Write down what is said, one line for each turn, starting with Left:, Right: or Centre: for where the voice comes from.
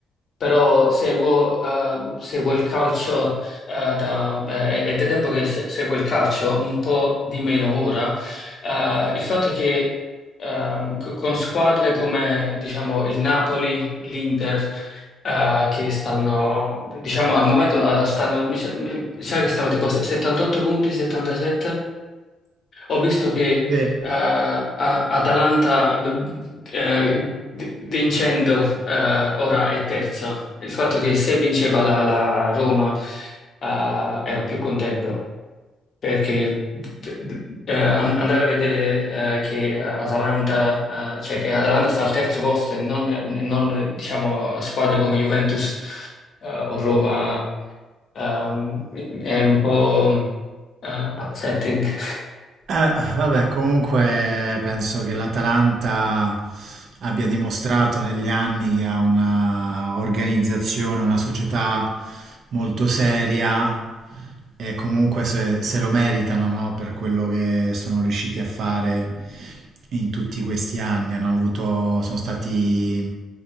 Left: però seguo, eh, seguo il calcio eh, da, eh, è da tempo che se- seguo il calcio, un po' di meno ora. Eh, il fatto è che ehm, co- con squadre come diciamo, il Napoli, l'Inter, eh, che stanno, diciamo, al momento eh, stanno, mi sa, mi sa che stanno tipo 78 punti, 77. Ho visto che
Right: Sì.
Left: eh, a- Atalanta, b- eh, v- vincendo, eh, ora è terza. Il fatto che se vinceva la, la Roma, eh, ero più contento perché d- d- eh, an- andare a vedere eh, che eh, Atalanta, eh, cioè che Atalanta sta al terzo posto e non, e non, diciamo, squadre come Juventus eh, o Roma ehm, è un po' eh, upsetting. <laughs>
Right: Eh, vabbè, comunque penso che l'Atalanta abbia dimostrato negli anni che ha una organizzazione, una società molto seria e comunque se, se lo meritano, no? Per quello che sono riusciti a fare in tutti questi anni. Hanno avuto, sono stati